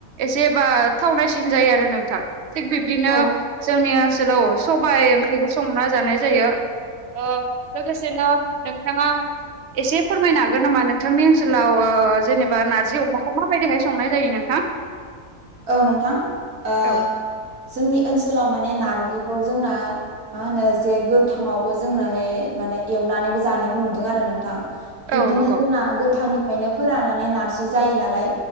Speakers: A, on the right; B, on the right.
A: एसेबा थावनायसिन जायो आरो नोंथां थिक बिबदिनो
B: औ
A: जोंनि ओनसोलाव सबाय ओंख्रिखौ संना जानाय जायो ओ लोगोसेनो नोंथाङा एसे फोरमायनो हागोन नामा नोंथांनि ओनसोलाव ओ जेनेबा नारजि अमाखौ माबायदिहाय संनाय जायो नोंथां
B: औ नोंथां ओ
A: औ
B: जोंनि ओनसोलाव माने नारजिखौ जोंना मा होनो जे गोथाङावबो जोंनानै माने एवनानैबो जानायखौ नुदों आरो नोंथां बिब्दिनो
A: औ नंगौ
B: जोंना गोथांनिफ्रायनो फोराननानै नारजि जायो नालाय